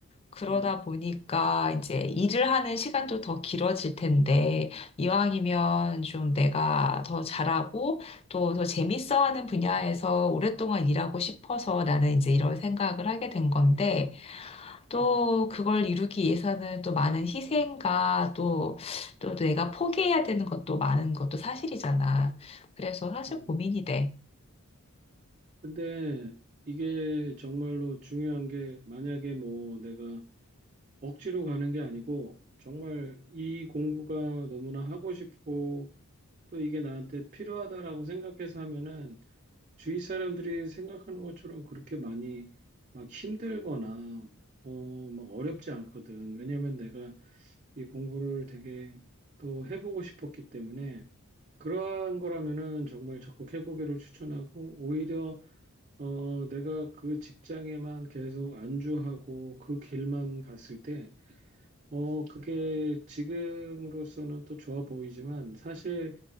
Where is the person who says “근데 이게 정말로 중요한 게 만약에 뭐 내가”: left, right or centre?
Right